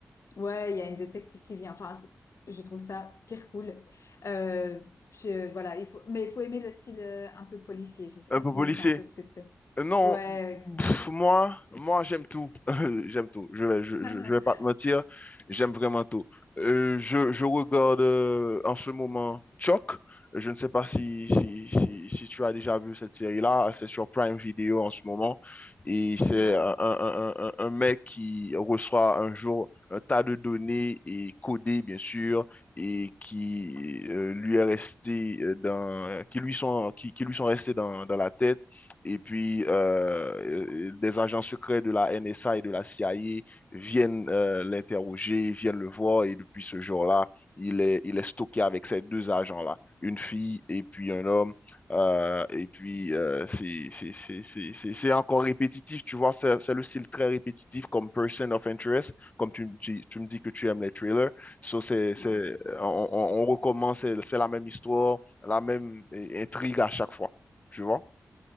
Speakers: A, on the left; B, on the left.
A: ouais, il y a une détective qui vient. Enfin, c'est- je trouve ça pire cool. Euh, je, voilà, il faut, mais il faut aimer le style euh, un peu policier. Je sais
B: Un
A: pas
B: peu
A: si
B: policier.
A: c'est un peu ce que tu
B: Euh, Non,
A: Ouais. ex-
B: pff, moi, moi j'aime tout. <laughs> J'aime tout. Je vais, je,
A: <laughs>
B: je- je vais pas te mentir. J'aime vraiment tout. Euh, je, je regarde euh, en ce moment Chuck. Je ne sais pas si, si, si, si tu as déjà vu cette série-là. C'est sur Prime Video en ce moment. Et c'est
A: Non.
B: un, un, un, un un mec qui reçoit un jour un tas de données et codées, bien sûr, et qui euh, lui est resté euh, dans, qui lui sont, qui, qui lui sont restées dans, dans la tête et puis, euh, euh, des agents secrets de la NSA et de la CIA viennent euh, l'interroger, viennent le voir. Et depuis ce jour-là, il est, il est stocké avec ces deux agents-là, une fille et puis un homme. Euh, et puis, euh, c'est c'est- c'est- c'est- c'est- c'est encore répétitif, tu vois, c'est c'est le style très répétitif comme Person of Interest, comme tu, tu, tu me dis que tu aimes les trailers. So, c'est, c'est,
A: Ouais.
B: on, on on recommence, c'est c'est la même histoire, la même euh, intrigue à chaque fois, tu vois.